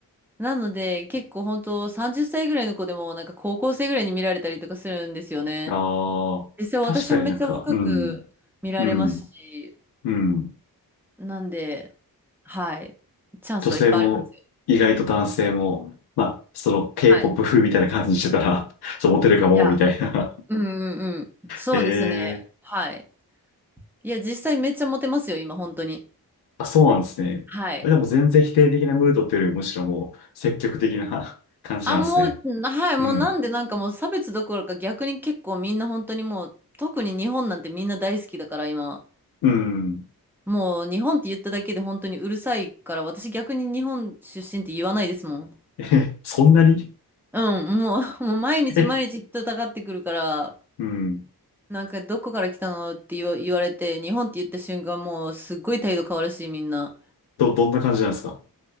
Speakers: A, in the centre; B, on the left.
A: なので、結構本当30歳ぐらいの子でも、なんか高校生ぐらいに見られたりとかするんですよね。
B: ああ、
A: 実際私もめっちゃ若く見られますし、
B: 確かになんか、うん。うん。うん。
A: なんで、はい。チャンスはいっぱいありますよ。
B: 女性も、意外と男性も、まあ、その K-POP
A: はい。
B: 風みたいな感じにしてたら、そう、モテるかも、
A: いや、
B: みたいな。
A: うんうんうん。そうですね。
B: <laughs> ええ
A: はい。いや、実際めっちゃモテますよ、今、本当に。
B: あ、そうなんですね。
A: はい。
B: えでも全然否定的なムードっていうよりもむしろもう積極的な <laughs> 感じなんですね。
A: あ、もう、はい、もうなんでなんかもう差別どころか逆に結構みんな本当にもう、
B: うん。
A: 特に日本なんてみんな大好きだから、今。
B: うん。
A: もう日本って言っただけで本当にうるさいから、私逆に日本出身って言わないですもん。
B: え、そんなに
A: うん、もう、もう毎日毎日人たかってくるから、
B: <laughs> え、うん。
A: なんかどこから来たのって言わ、言われて、日本って言った瞬間もうすっごい態度変わるし、みんな。
B: ど、どんな感じなんですか